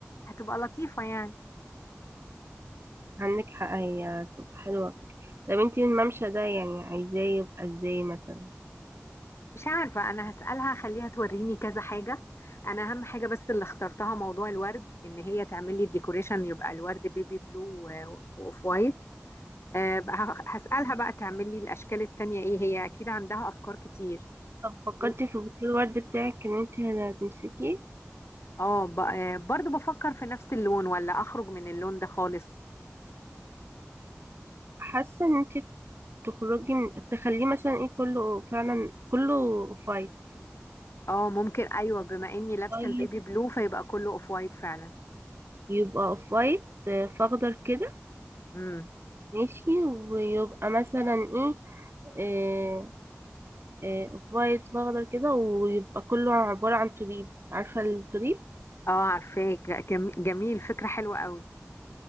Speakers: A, on the left; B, on the right.
A: هتبقى لطيفة يعني
B: عندك حق هي تبقى حلوه فكرة. طب انت الممشى ده يعني عايزاه يبقى ازاي مثلا
A: مش عارفة أنا هسألها خليها توريني كذا حاجة أنا أهم حاجة بس اللي اخترتها موضوع الورد إن هي تعمل لي الديكوريشن يبقى الورد بيبي بلو و- وأوف وايت آه، بقى هخ- هسألها بقى تعمل لي الأشكال التانية إيه هي أكيد عندها أفكار كتير
B: طب فكرتي
A: و-
B: في بouquet الورد بتاعك ان انت هتمسكيه
A: اه ب- آه، برضو بفكر في نفس اللون ولا أخرج من اللون ده خالص
B: حاسه ان انت تخرجي من- تخليه مثلا ايه كله فعلا كله اوف وايت
A: اه ممكن ايوه بما اني لابسه
B: طيب
A: البيبي بلو فيبقى كله اوف وايت فعلا
B: يبقى اوف وايت آه، فاخضر كده
A: امم
B: ماشي ويبقى مثلا ايه آه، آه، اوف وايت فاخضر كده ويبقى كله عبارة عن توليب عارفة التوليب
A: اه عارفاك لا، جم- جميل فكره حلوه قوي